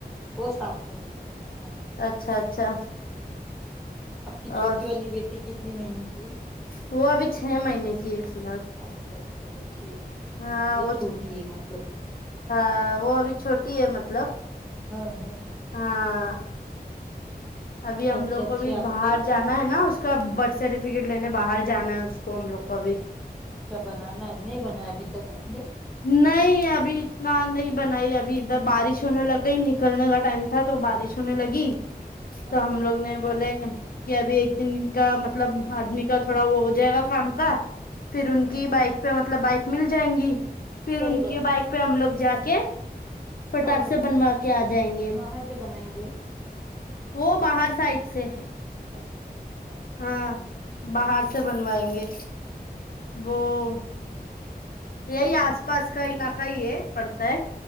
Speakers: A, in the centre; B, on the left.
A: وہ سات مہینے کا ہاں
B: اچھا اچھا
A: آپ کی چھوٹی
B: اور
A: والی بیٹی کتنی مہینے کی ہے
B: وہ ابھی چھ مہینے کی ہے فی الحال
A: اچھا اچھا وہ چھ مہینے
B: ہاں
A: وہ چھوٹی ہے مطلب
B: ہاں وہ ابھی چھوٹی ہے مطلب
A: ہاں ہاں
B: ہاں ابھی ہم
A: بچے
B: لوگ
A: اچھے
B: کوبھی
A: آپ
B: باہر
A: کے
B: جا ہے نا اس کا برتھ سرٹیفکیٹ لینے باہر جانا ہے اس کو ہم لوگ کو ابھی
A: اچھا بنانا ہے اب نہیں بنایا ابھی تک آپ نے
B: نہیں ابھی اتنا نہیں بنائی ابھی ادھر بارش ہونے لگ گئی نکلنے کا ٹائم تھا تو بارش ہونے لگی
A: ہاں
B: تو ہم لوگ نے بولے کہ ابھی ایک دن کا مطلب آدمی کا تھوڑا وہ ہو جائے گا کام کا پھر ان
A: ہوں
B: کی
A: ہوں
B: بائک پہ مطلب بائک مل جائیں گی پھر
A: صحیح
B: ان
A: بات
B: کی بائک پہ ہم لوگ جا کے پٹاخ
A: ہاں ہاں
B: سے بنوا کے آ جائیں گے
A: کہاں سے بنائیں گے
B: وہ باہر سائد سے
A: اچھا اچھا باہر
B: ہاں
A: سائڈ سے اچھا
B: باہر
A: ہے
B: سے بنوائیں گے وہ یہی آس پاس کا علاقہ ہی ہے پڑتا ہے